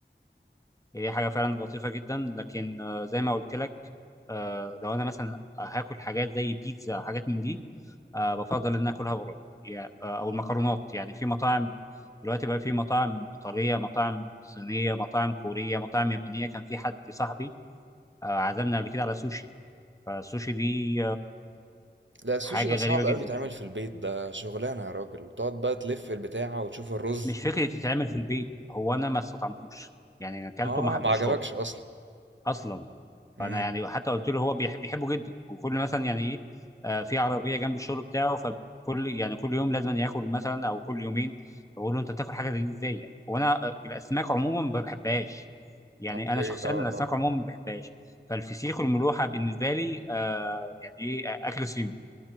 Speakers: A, on the left; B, on the right.
A: هي حاجه فعلا لطيفه جدا لكن آه، زي ما قلت لك آه، لو انا مثلا هاكل حاجات زي بيتزا حاجات من دي آه، بفضل ان أنا اكلها بره يا- آه، او المكرونات يعني في مطاعم دلوقتي بقى في مطاعم ايطاليه مطاعم صينيه مطاعم كوريه مطاعم يابانيه كان في حد صاحبي آه، عزمنا قبل كده على سوشي فالسوشي دي
B: لا السوشي
A: حاجه
B: ده صعب
A: غريبه جدا
B: قوي يتعمل في البيت ده شغلانة يا راجل تقعد بقى تلف البتاعة وتشوف الرز
A: مش فكره تتعمل في البيت هو انا ما استطعمتوش يعني انا اكلته
B: اه
A: ما حبيتوش
B: ما عجبكش
A: خالص
B: اصلا
A: اصلا
B: امم
A: فانا يعني حتى قلت له هو بيحب بيحبه جدا وكل مثلا يعني ايه آه في عربيه جنب الشغل بتاعه فكل يعني كل يوم لازم ياكل مثلا او كل يومين بقول له انت بتاكل حاجه زي دي ازاي يعني وانا آه، الاسماك عموما ما بحبهاش يعني
B: اوكي
A: انا شخصيا
B: اه اه
A: الاسماك عموما
B: اه
A: ما بحبهاش فالفسيخ والملوحه بالنسبه لي آه يعني ايه آه، اكل صيني